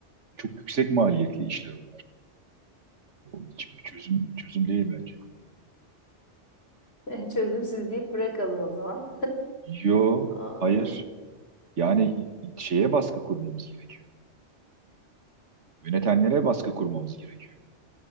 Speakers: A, on the right; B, on the left.
A: çok yüksek maliyetli işler. O O hiç bir çözüm çözüm değil bence.
B: <laughs> Çözümsüz deyip bırakalım o zaman.
A: Yo,
B: Aa,
A: hayır.
B: da-
A: Yani şeye baskı kurmamız gerekiyor. Yönetenlere baskı kurmamız gerekiyor.